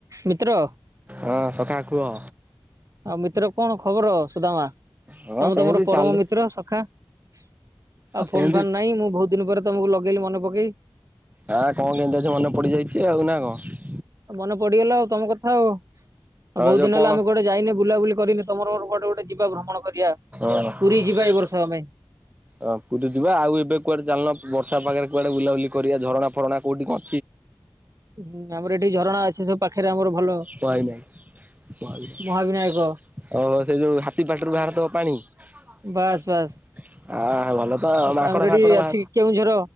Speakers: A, on the right (about 45°); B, on the right (about 20°).
A: ମିତ୍ର
B: ହଁ ସକାା କୁହ
A: ଆଉ ମିତ୍ର କଣ ଖବର ସୁଦାମ
B: ହଁ
A: ତମେ
B: ସେମିତି
A: ତ ମୋର ପରମ
B: ଚାଲି
A: ମିତ୍ର ସଖା ଆଉ
B: ଆଉ ସେମିତି
A: ଫୋନ୍ ଫନ୍ ନାଇଁ ମୁଁ ବହୁତ ଦିନ ପରେ ତମକୁ ଲଗେଇଲି ମନେ ପକେଇ
B: ହଁ କଣ କେମତିଛ ମନେ ପଡିଯାଇଛି ଆଉ ନା କଣ
A: ମନେ ପଡିଗଲା ଆଉ ତମ କଥା ଆଉ ଆଉ ବହୁତ
B: ଯୋଉ
A: ଦିନ
B: କଣ
A: ହେଲା ଆମେ ଗୋଟେ ଯାଇନେ ବୁଲାବୁଲି କରିନି ତମର ଗୋଟେ ଗୋଟେ ଯିବା ଭ୍ରମଣ କରିବା
B: କି କ
A: ପୁରୀ ଯିବା ଏ ବର୍ଷ
B: ପ୍ରଥ
A: ଆମେ।
B: ହଁ ପୁରୀ ଯିବା ଆଉ ଏବେ କୁଆଡେ ଚାଲନ ବର୍ଷା ପାାଗରେ କୁଆଡେ ବୁଲାବୁଲି କରିବା ଝଣା ଫରଣା କୋଉଠି କଣ
A: ହୁଁ ଆମର ଏଠି ଝରଣା ଅଛି ସବୁ ପାଖରେ ଆମର ଭଲ
B: କାଇ ନହିଁ ସେ ଯୋଉ
A: ମହାବିନାୟକ
B: ହାତୀ ପାଟିରୁ ବାହାରିଥବା ପାଣି ବସ୍
A: ବାସ୍ ବାସ୍।
B: ବସ୍ ହ ଭଲ ତ
A: ଆଚ୍ଛା
B: ମାଙ୍କଡ
A: ଆମର
B: ଫାଙ୍କଡ
A: ଏଠି ଅଛି
B: ବା
A: କେଉଁଝର